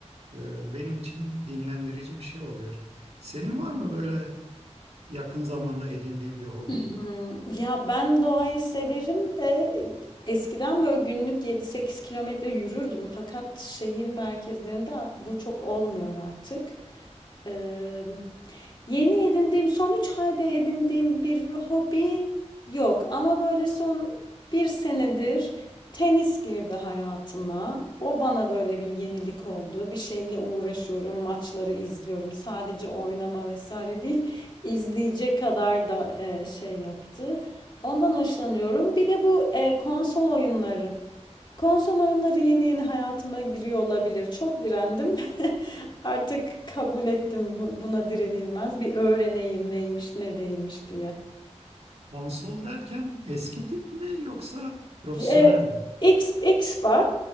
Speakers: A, on the right; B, on the left.
A: e, benim için dinlendirici bir şey oluyor. Senin var mı böyle yakın zamanda edindiğin bir hobi?
B: Hmm, Ya ben doğayı severim de eskiden böyle günlük yedi sekiz kilometre yürürdüm. Fakat şehir merkezlerinde bu çok olmuyor artık. Eee, yeni edindiğim, son 3 ayda edindiğim bir hobi yok. Ama böyle son bir senedir tenis girdi hayatıma. O bana böyle bir yenilik oldu. Bir şeyle uğraşıyorum, maçları izliyorum. Sadece oynama vesaire değil, izleyecek kadar da e, şey yaptı. Ondan hoşlanıyorum. Bir de bu e, konsol oyunları. Konsol oyunları yeni yeni hayatıma giriyor olabilir. Çok direndim. <laughs> Artık kabul ettim buna direnilmez. Bir öğreneyim neymiş ne değilmiş diye.
A: Konsol derken eski tip mi yoksa profesyonel
B: E,
A: mi?
B: X, Xbox,